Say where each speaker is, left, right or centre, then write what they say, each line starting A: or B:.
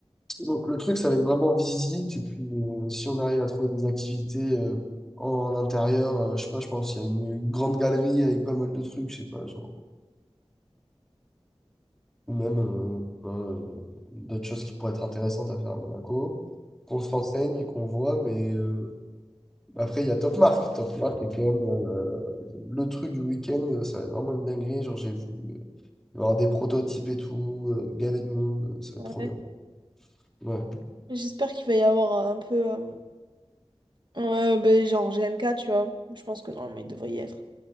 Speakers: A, in the centre; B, on the right.
A: donc, le truc, ça va être vraiment visite. Et puis, euh, si on arrive à trouver des activités euh, en intérieur, euh, je sais pas, je pense qu'il y a une, une grande galerie avec pas mal de trucs, je sais pas, genre. Ou même euh, je sais pas, euh, d'autres choses qui pourraient être intéressantes à faire à Monaco. Qu'on se renseigne et qu'on voit, mais euh, après, il y a Top Mark. Top Mark est quand même. euh, le truc du week-end, ça va être vraiment une dinguerie. Genre, j'ai vu Il va y avoir des prototypes et tout, euh, gavé de monde, euh, ça
B: Ouais.
A: va être trop bien. Ouais,
B: J'espère qu'il va y avoir un peu. euh, euh, ben, genre G M K tu vois. Je pense que normalement il devrait y être.